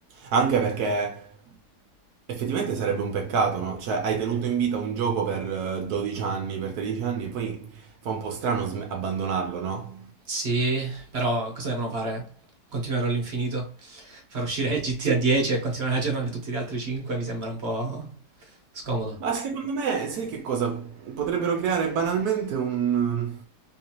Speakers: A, on the right (about 70°); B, on the right (about 45°).
A: Anche perché effettivamente sarebbe un peccato, no? Cioè, hai tenuto in vita un gioco per eh, 12 anni, per 13 anni, poi fa un po' strano sm- abbandonarlo, no?
B: sì, però cosa devono fare? Continuare all'infinito? Far uscire <laughs> GTA
A: Sì.
B: 10 e continuare ad aggiornare tutti gli altri 5 mi sembra un po' scomodo.
A: Ma secondo me, sai che cosa? Potrebbero creare banalmente un, un